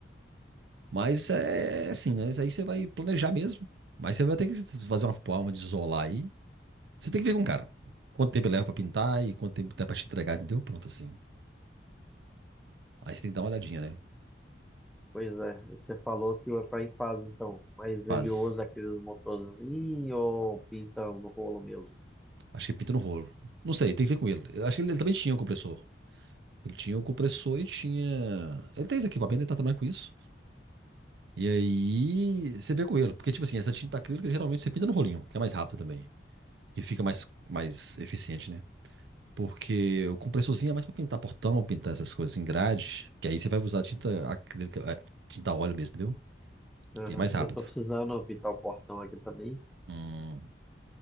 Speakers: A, on the right; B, in the centre.
A: Mas é é assim, né? Isso aí você vai planejar mesmo. Mas você vai ter que fazer uma forma de isolar aí. Você tem que ver com o cara. Quanto tempo ele leva pra pintar e quanto tempo dá pra te entregar, entendeu? Pronto, assim. Aí você tem que dar uma olhadinha, né?
B: Pois é, e você falou que o Efraim faz então, mas ele
A: Faz.
B: usa aqueles motorzinhos ou pinta no rolo mesmo?
A: Acho que pinta no rolo. Não sei, tem que ver com ele. Eu acho que ele, ele também tinha um compressor. Ele tinha o compressor e tinha. Ele tem esse equipamento, ele tá trabalhando com isso. E aí você vê com ele. Porque, tipo assim, essa tinta acrílica geralmente você pinta no rolinho, que é mais rápido também. E fica mais, mais eficiente, né? Porque o compressorzinho é mais pra pintar portão, pintar essas coisas em grade. Que aí você vai usar tinta acrílica, é, tinta óleo mesmo, entendeu?
B: Aham.
A: Que é mais rápido.
B: Eu tô precisando pintar o portão aqui também.
A: Hum.